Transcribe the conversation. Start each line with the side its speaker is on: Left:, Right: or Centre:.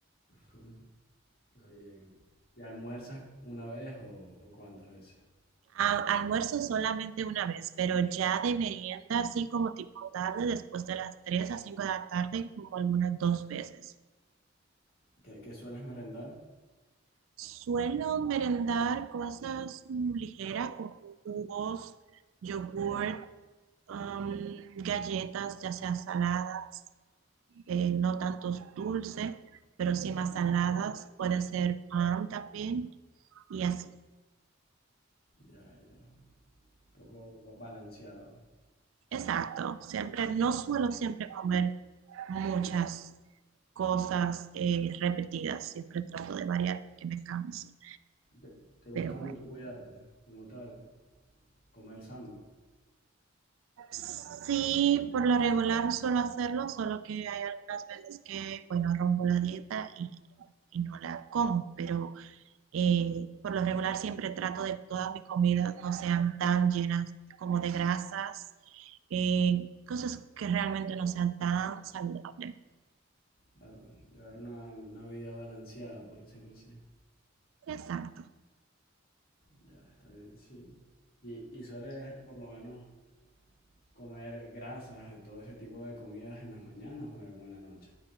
Left: Coño, Está bien. ¿Y almuerzas una vez o, o cuántas veces?
Right: A- almuerzo solamente una vez, pero ya de merienda, así como tipo tarde, después de las 3 a 5 de la tarde, como algunas dos veces.
Left: ¿Qué, qué sueles merendar?
Right: Suelo merendar cosas mm, ligeras como jugos, yogurt, um, galletas, ya sea saladas, eh, no tantos dulces, pero sí más saladas, puede ser pan también, y así.
Left: Ya, ya. Un poco ba- balanceado.
Right: Exacto, siempre, no suelo siempre comer muchas cosas eh, repetidas. Siempre trato de variar, que me canse.
Left: ¿Te, te gusta
Right: Pero bueno,
Left: mucho cuidarte como tal? ¿Comer sano?
Right: sí, por lo regular suelo hacerlo, solo que hay algunas veces que, bueno, rompo la dieta y, y no la como. Pero eh, por lo regular siempre trato de que todas mis comidas no sean tan llenas como de grasas. eh, cosas que realmente no sean tan saludables.
Left: Claro, llevar una, una vida balanceada, por decirlo así.
Right: Exacto.
Left: Ya, está bien, sí. Y, y sueles por lo menos comer grasas y todo ese tipo de comidas en las mañanas o en, o en la noche.